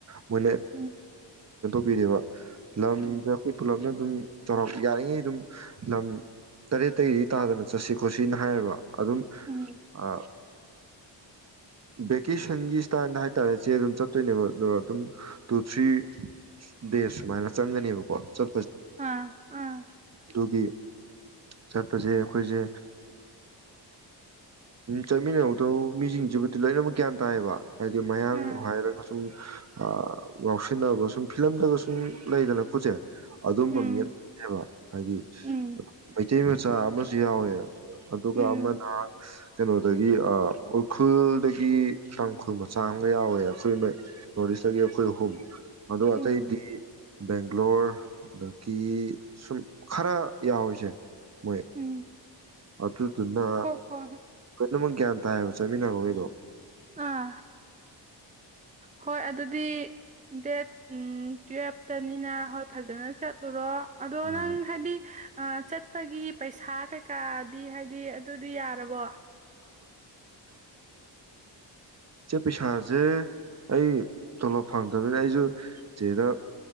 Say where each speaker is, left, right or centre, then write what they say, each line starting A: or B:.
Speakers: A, on the right; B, on the right.
A: ꯃ
B: ꯎꯝ
A: ꯕꯤꯗꯤꯑꯣ ꯂꯝꯗ
B: ꯎꯝ
A: ꯑꯩꯣꯏ ꯄꯨꯂꯂꯝꯅ ꯑꯗꯨꯝ ꯆꯥꯎꯔꯥꯛ ꯌꯥꯔꯤꯉꯩ ꯑꯗꯨꯝ ꯂꯝ ꯇꯔꯦꯠꯇꯒꯤꯗꯤ ꯇꯥꯗꯅ ꯆꯠꯁꯤ ꯈꯣꯠꯁꯤꯅ ꯍꯥꯏꯌꯦꯕ ꯑꯗꯨ ꯑꯗꯨꯝ
B: ꯎꯝ
A: ꯑ ꯚꯦꯀꯦꯁꯟꯒꯤ ꯏꯁꯇꯥꯏꯜꯗ ꯍꯥꯏꯇꯥꯔꯦ ꯆꯦ ꯑꯗꯨꯝ ꯆꯠꯇꯣꯏꯅꯦꯕ ꯑ ꯑꯗꯨꯝ ꯇꯨ ꯊ꯭ꯔꯤ ꯗꯦꯖ ꯁꯨꯃꯥꯏꯅ ꯆꯪꯒꯅꯦꯕꯀꯣ ꯁꯦ
B: ꯑꯥ ꯑꯥ
A: ꯇꯒꯤ ꯆꯠꯄꯁꯦ ꯑꯩꯈꯣꯏꯁꯦ ꯆꯠꯃꯤꯟꯅꯧꯗ ꯃꯤꯁꯤꯡꯁꯤꯕꯨꯗꯤ ꯂꯣꯏꯅꯃꯛ ꯒ꯭ꯌꯥꯟ ꯇꯥꯏꯌꯦꯕ ꯍꯥꯏꯗꯤ ꯃꯌꯥꯡ
B: ꯑꯥ
A: ꯍꯥꯏꯔꯒ ꯁꯨꯝ ꯉꯥꯎꯁꯤꯟꯅꯕ ꯁꯨꯝ ꯐꯤꯂꯝꯗꯒ ꯁꯨꯝ ꯂꯩꯗꯅ ꯀꯨꯠꯁꯦ ꯑꯗꯨꯝꯕ
B: ꯎꯝ
A: ꯃꯤ ꯑꯃꯦꯕ ꯍꯥꯏꯗꯤ
B: ꯎꯝ
A: ꯃꯩꯇꯩ ꯃꯆꯥ ꯑꯃꯁ ꯁꯤ ꯌꯥꯎꯋꯦ ꯑꯗꯨꯒ
B: ꯎꯝ
A: ꯑꯃꯅ ꯀꯩꯅꯣꯗꯒꯤ ꯎꯈ꯭ꯔꯨꯜꯗꯒꯤ ꯇꯥꯡꯈꯨꯜ ꯃꯆꯥ ꯑꯃꯒ ꯌꯥꯎꯋꯦ ꯑꯩꯈꯣꯏ ꯅꯗꯤ ꯏꯁꯒꯤꯦ ꯑꯩꯈꯣꯏ ꯍ ꯃꯗꯨꯣ
B: ꯎꯝ
A: ꯑ ꯕꯦꯡꯒ꯭ꯂꯣꯔ ꯑꯗꯒꯤ ꯁꯨꯝ ꯈꯔ ꯌꯥꯎꯔꯤꯁꯦ ꯃꯣꯏ
B: ꯎꯝ
A: ꯑꯗꯨꯗꯨꯅ
B: ꯍꯣ ꯍꯣꯏ ꯍꯣꯏ
A: ꯄꯨꯝꯅꯃꯛ ꯒ꯭ꯌꯥꯟ ꯇꯥꯏꯌꯦꯕ ꯆꯠꯃꯤꯟꯅꯕꯈꯩꯗꯣ
B: ꯑꯥ ꯍꯣꯏ ꯑꯗꯨꯗꯤ ꯗꯦꯠ ꯎ ꯇꯋ ꯐꯖꯅ ꯆꯠꯂꯨꯔꯣ ꯑꯗꯣ
A: ꯎꯝ
B: ꯅꯪ ꯍꯥꯏꯗꯤ ꯑ ꯆꯠ ꯆꯠꯄꯒꯤ ꯄꯩꯁꯥ ꯀꯩꯀꯥꯗꯤ ꯍꯥꯏꯗꯤ ꯑꯗꯨꯗꯤ ꯌꯥꯔꯕꯣ
A: ꯏꯆꯦ ꯄꯩꯁꯥꯁꯦ ꯑꯩ ꯇꯣꯂꯣꯞ ꯐꯪꯗꯕꯅꯤꯅ ꯑꯩꯁꯨ ꯆꯦꯗ